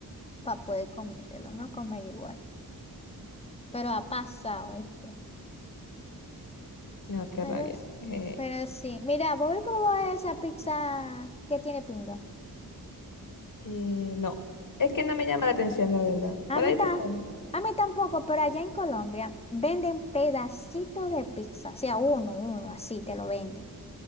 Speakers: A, on the left; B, on the left.
A: para poder comértelo, no comer igual. Pero ha pasado esto.
B: No, qué
A: Pero,
B: rabia.
A: es-
B: Eh,
A: pero sí. Mira, voy a probar esa pizza que tiene piña.
B: eh, no. Es que no me llama la atención, la verdad.
A: A
B: Por
A: mí,
B: ahí
A: ta-
B: probado.
A: a mí tampoco, pero allá en Colombia venden pedacitos de pizza, o sea, uno, uno, así te lo venden,